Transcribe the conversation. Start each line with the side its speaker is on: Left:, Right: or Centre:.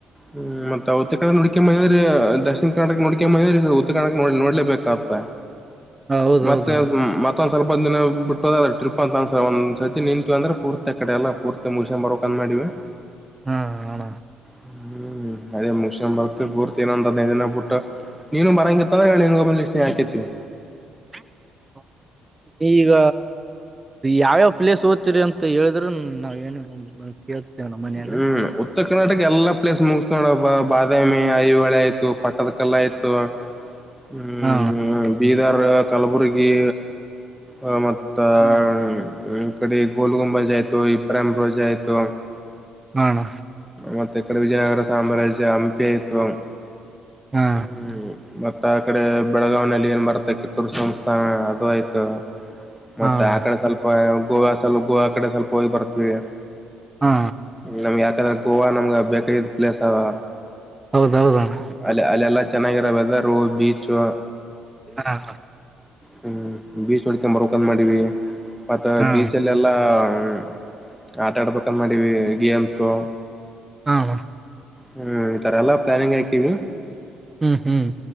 Centre: ಹ್ಮ್ ಮತ್ತ ಉತ್ತರ್ ಕನ್ನಡ ನೋಡಿಕ್ಯಂಬದ್ಯು ರೀ ದಕ್ಷಿಣ ಕರ್ನಾಟಕ ನೋಡ್ಕ್ಯಾಂಬದ್ರೀವ್ರೀ ಉತ್ತರ ಕರ್ನಾಟಕ ನ ನೋಡ್ಲೇಬೇಕಾಪ್ಪ
Right: ಹೌದೌದಣ
Centre: ಮತ್ತೆ ಮತ್ತೊಂದ್ ಸ್ವಲ್ಪೊಂದ ದಿನ ಬಿಟ್ಟೊದ ಟ್ರಿಪ್ ಅಂತ ಒಂದ್ಸರ್ತಿ ನಿಂತು ಅಂದ್ರೆ ಪೂರ್ತಿ ಆಕಡೆ ಎಲ್ಲ ಪೂರ್ತಿ ಮುಗಶ್ಕ್ಯಾಂಬರ್ಬೇಕ್ ಅಂದ್ ಮಾಡಿವಿ
Right: ಹಾ ಅಣ್ಣ
Centre: ಹ್ಮ್ ಅದೇ ಮುಗಿಶ್ಯ್ಯಾಂಬರ್ತ್ವಿ ಪೂರ್ತಿ ಇನ್ನೊಂದ್ ಹದ್ನೈದಿನ ಬುಟ್ಟು ನೀನು ಬರಂಗಿತ್ತಂದ್ರ ಹೇಳ್ ನಿನ್ಗೊಬ್ನಿಗ್ ಲಿಸ್ಟಿಗ್ ಹಾಕಿರ್ತಿನಿ
Right: <inaudible> <unintelligible> ಈಗ ಯಾವ್ಯಾವ ಪ್ಲೇಸ್ ಓದ್ತೀರಿ ಅಂತ ಹೇಳಿದ್ರ ನಾವ್ ಏನು ನ ಕೇಳ್ತೀವಿ ತ್ಯಾವ್ನ ಮನ್ಯಾಗ
Centre: ಹ್ಮ್. ಉತ್ತರ ಕರ್ನಾಟಕ ಎಲ್ಲಾ ಪ್ಲೇಸ್ ಮುಗ್ಸ್ ನೋಡವ್ ಬಾ ಬಾದಾಮಿ ಐಹಳೆ ಆಯ್ತು ಪಟ್ಟದ ಕಲ್ಲ ಆಯ್ತು ಹ್ಮ್
Right: ಹಾ
Centre: ಮ್ಮ್ಮ್ ಬೀದರ್ ಕಲ್ಬುರ್ಗಿ ಆ ಮ ನೇ <inaudible> ್ಮ್ ಈ ಕಡೆ ಗೋಲ್ಗುಂಬಜ್ ಆಯ್ತು ಇಬ್ರಾಮ್ ರೋಜಾ ಆಯ್ತು
Right: ಅಣ್ಣ ಹಾ ಹಾ ಅಣ್ಣ
Centre: ಮತ್ತೆ ಇ ಕಡೆ ವಿಜಯನಗರ ಸಾಮ್ರಾಜ್ಯ ಹಂಪಿ ಆಯ್ತು
Right: ಹಾ
Centre: ಹ್ಮ್ ಮತ್ ತ್ತಾ ಆಕಡೆ ಬೆಳಗಾವ್ನಲ್ಲಿ ಏನ್ ಬರ್ತ ಕಿತ್ತೂರು ಸಂಸ್ಥಾನ ಅದು ಆಯ್ತು ಮತ್ತೆ
Right: ಹಾ ಅಣ್ಣ
Centre: ಆಕಡೆ ಸ್ವಲ್ಪ ಗೋವಾ ಸ್ವಲ್ಪ ಗೋವಾ ಕಡೆ ಸ್ವಲ್ಪ ಹೋಗಿ ಬರ್ತವಿ
Right: ಹಾ
Centre: ನಮ್ಗೆ ಯಾಕಂದ್ರೆ ಗೋವಾ ನಮ್ಗೆ ಬೇಕಾಗಿದ್ ಪ್ಲೇಸ್ ಅದಾ
Right: ಹೌದೌದಣ
Centre: ಅಲ್ ಅಲ್ಲೆಲ್ಲಾ ಚೆನ್ನಾಗಿರೋ ವೆದರ್ ರೂ ಬೀಚು
Right: ಹಾ
Centre: ಹ್ಮ್ ಬೀಚ್ ನೋಡ್ಕ್ಯಂಬರ್ಬೇಕು ಅಂದ್ ಮಾಡವಿ ಮತ್ತ
Right: ಹಾ
Centre: ಬೀಚಲ್ಲೆಲ್ಲಾ ಹ್ಮ್ ಆಟ ಆಡ್ಬೇಕಂದ್ ಮಾಡವಿ ಗೇಮ್ಸು
Right: ಆ ಹ
Centre: ಹ್ಮ್ ಈ ತರ ಎಲ್ಲಾ ಪ್ಲಾನಿಂಗ್ ಹಾಕೀವಿ
Right: ಹ್ಮ್ ಹ್ಮ್